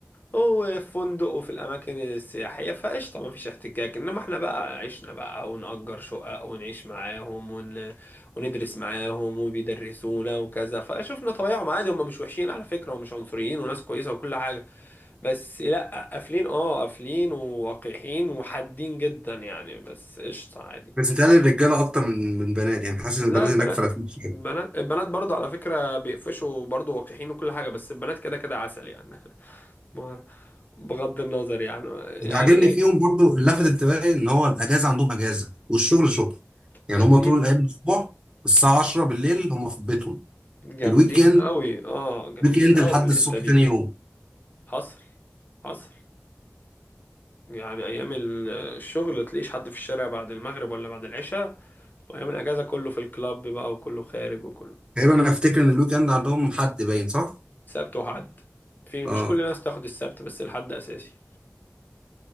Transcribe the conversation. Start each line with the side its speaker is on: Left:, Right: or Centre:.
Left: هو في فندق وفي الاماكن السياحيه فقشطه ما فيش احتكاك انما احنا بقى عشنا بقى ونأجر شقق ونعيش معاهم ون... وندرس معاهم وبيدرسونا وكذا فشفنا طبيعهم عادي هم مش وحشين على فكره ومش عنصريين وناس كويسه وكل حاجه بس لا قافلين اه قافلين ووقحين وحادين جدا يعني بس قشطه عادي
Right: بس بتهيألي الرجاله اكتر من من بنات يعني حاسس ان البنات
Left: لا البنات
Right: هناك فرقت شويه
Left: البنات البنات برضه على فكرة بيقفشوا برضه وقحين وكل حاجة بس البنات كده كده عسل يعني <laughs> ما- بغض النظر يعني يعني
Right: اللي عاجبني
Left: ايه
Right: فيهم برضو اللي لفت انتباهي ان هو الاجازه عندهم اجازه والشغل شغل يعني
Left: جامدين
Right: هم طول الايام الاسبوع الساعه 10 بالليل هم في بيتهم
Left: جامدين
Right: الويك اند
Left: قوي اه جامدين
Right: ويك اند
Left: قوي
Right: لحد
Left: في الحتة
Right: الصبح
Left: دي
Right: تاني يوم
Left: حصل حصل يعني ايام ال- الشغل تلاقيش حد في الشارع بعد المغرب ولا بعد العشاء وايام الاجازة كله في الكلاب بقى وكله خارج وكله
Right: تقريبا انا افتكر ان الويك اند عندهم حد باين صح؟
Left: سبت وحد في
Right: اه
Left: مش كل الناس تاخد السبت بس الحد اساسي